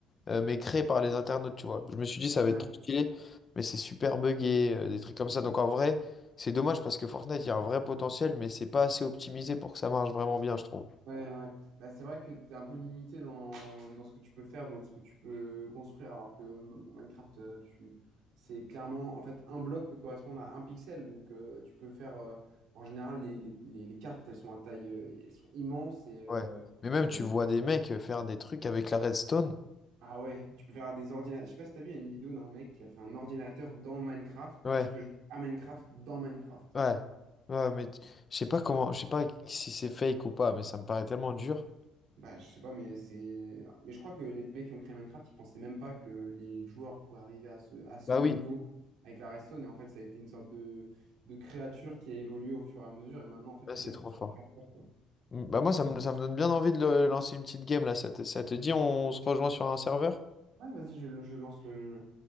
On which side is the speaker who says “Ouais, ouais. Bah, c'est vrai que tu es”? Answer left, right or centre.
Right